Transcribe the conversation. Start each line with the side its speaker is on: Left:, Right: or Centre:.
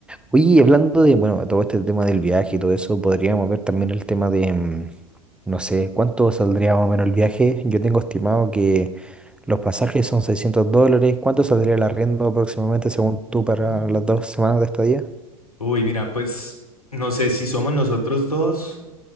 Centre: Oye, y hablando de, bueno, todo este tema del viaje y todo eso, podríamos ver también el tema de, mm, no sé, cuánto saldría más o menos el viaje. Yo tengo estimado que los pasajes son 600 dólares. ¿Cuánto saldría el arriendo aproximadamente según tú para las dos semanas de estadía?
Left: Uy, mira, pues no sé si somos nosotros dos.